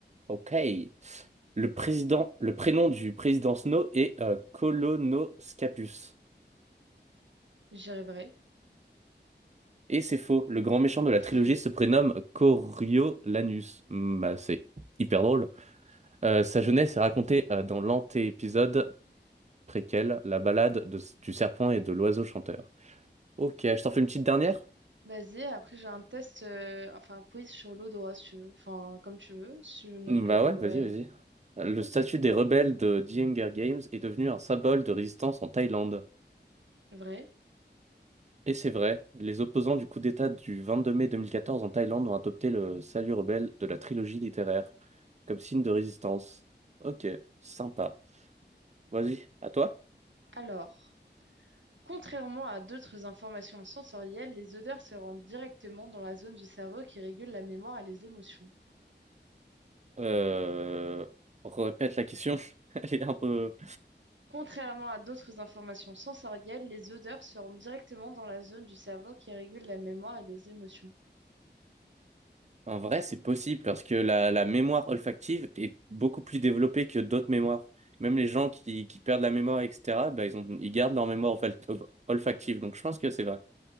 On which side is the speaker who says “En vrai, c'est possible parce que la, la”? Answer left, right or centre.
Right